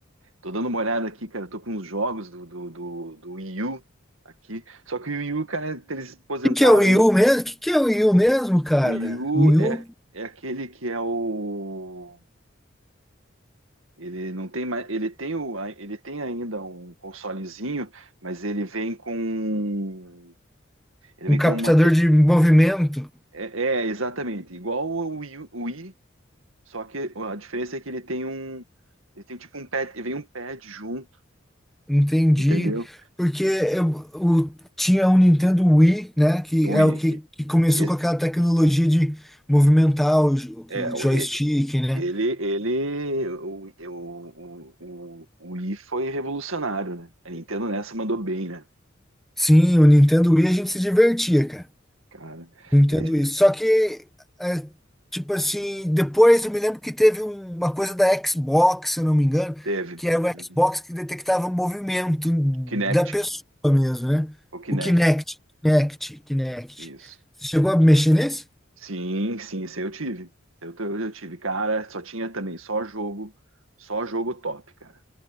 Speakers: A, on the right (about 85°); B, in the centre.
A: tô dando uma olhada aqui, cara, tô com uns jogos do, do, do, do Wii U aqui. Só que o Wii U, cara, eles aposentaram.
B: O que que é o IU
A: ele-
B: mesmo? O que que é o IU mesmo, cara?
A: O Wii U
B: O IU?
A: é, é aquele que é o. Ele não tem mais. Ele tem, o, a- ele tem ainda um consolezinho, mas ele vem com. Ele
B: Um
A: vem
B: captador
A: com uma. te-
B: de movimento?
A: É, é, exatamente. Igual o Wii, U- o Wii Só que a diferença é que ele tem um. Ele tem tipo um pad. Vem um pad junto,
B: Entendi.
A: entendeu?
B: Porque eu, o- tinha um Nintendo Wii, né? Que
A: O
B: é
A: Yankee.
B: o que, que começou
A: E-
B: com aquela tecnologia de movimentar o, jo-
A: É,
B: o
A: o-
B: joystick,
A: e-
B: né?
A: ele, ele, o, o, o, o, o Wii foi revolucionário, né? A Nintendo nessa mandou bem, né?
B: Sim, o Nintendo Wii a gente se divertia, cara.
A: Cara,
B: Eu entendo
A: E-
B: isso.
A: é,
B: Só que, é, tipo assim, depois eu me lembro que teve um- uma coisa da Xbox, se eu não me engano,
A: teve
B: que era o
A: Uhum.
B: Xbox que detectava o movimento
A: Kinect,
B: da pessoa mesmo, né?
A: o Kinect,
B: O Kinect, Kinect, Kinect.
A: isso.
B: Você chegou a mexer nesse?
A: Sim, sim, esse aí eu tive. Esse aí Eu, eu, eu tive, cara, só tinha também só jogo, só jogo top, cara.